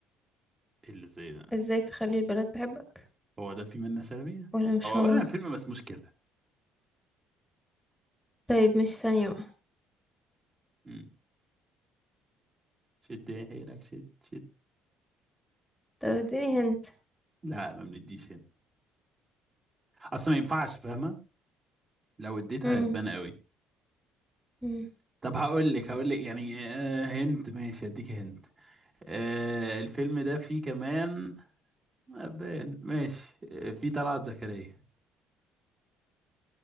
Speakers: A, on the right; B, in the centre.
A: إيه اللي زي ده
B: ازاي تخلي البنات تحبك
A: هو ده في منا سلبي
B: ولا مش
A: هو
B: هو
A: اولا الفيلم مسموش كده
B: طيب مش ثانية بقى
A: مم. شد حيلك شد شد
B: طب اديني هنت
A: لا ما بنديش هنا اصل ما ينفعش فاهمه لو اديتها
B: مم.
A: هتبان قوي
B: مم.
A: طب هقول لك هقول لك يعني آه هنت ماشي اديك هنت آه الفيلم ده فيه كمان أبان ماشي آه فيه طلعت زكريا